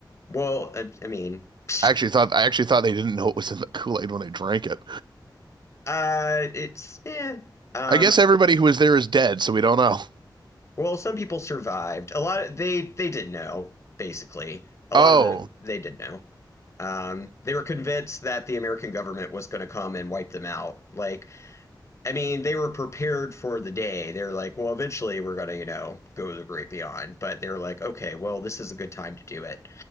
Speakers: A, on the left; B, on the right.
A: well, I, I mean, <laughs>
B: I actually thought I actually thought they didn't know it was in the Kool-Aid when they drank it.
A: uh, it's yeah. Um,
B: I guess everybody who was there is dead, so we don't know.
A: well, some people survived. A lot of they they did know. Basically, a
B: Oh,
A: lot of them they did know. Um, they were convinced that the American government was going to come and wipe them out. Like I mean, they were prepared for the day. They're like, well, eventually we're gonna, you know, go to the great beyond. But they're like, okay, well, this is a good time to do it.